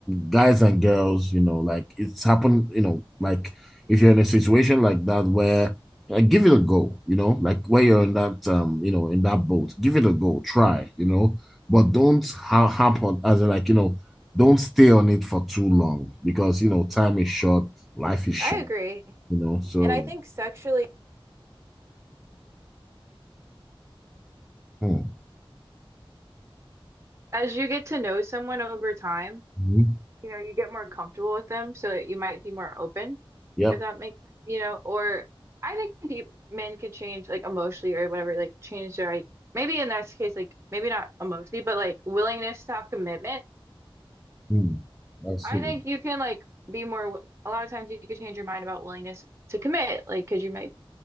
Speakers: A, in the centre; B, on the right (about 30°).
A: guys and girls, you know, like it's happened, you know, like if you're in a situation like that where like give it a go, you know, like where you're in that um, you know, in that boat, give it a go, try, you know, but don't ha- harp on as in like, you know, don't stay on it for too long because you know, time is short, life is short,
B: I agree.
A: you know. So
B: And I think sexually,
A: hmm.
B: As you get to know someone over time.
A: Mhm.
B: you know, you get more comfortable with them so that you might be more open,
A: Yep.
B: if that makes sense, you know, or I think people, men could change like emotionally or whatever, like change their like maybe in this case, like maybe not emotionally, but like willingness to have commitment.
A: Hmm. I see.
B: I think you can like be more wi- a lot of times you can change your mind about willingness to commit, like because you might